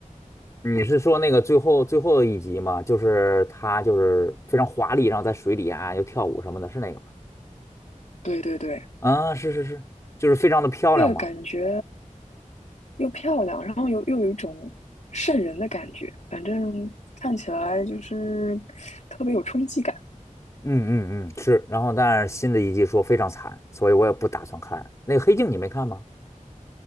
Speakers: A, on the left; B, on the left.
A: 你是说那个最后最后一集吗？就是他就是非常华丽，然后在水里啊又跳舞什么的，是那个吗？
B: 对对对，
A: 啊，是是是，就是非常的漂亮嘛。
B: 那个感觉又漂亮，然后又又有一种瘆人的感觉，反正看起来就是特别有冲击感。
A: 嗯嗯嗯，是。然后，但是新的一季说非常惨，所以我也不打算看。那个《黑镜》你没看吗？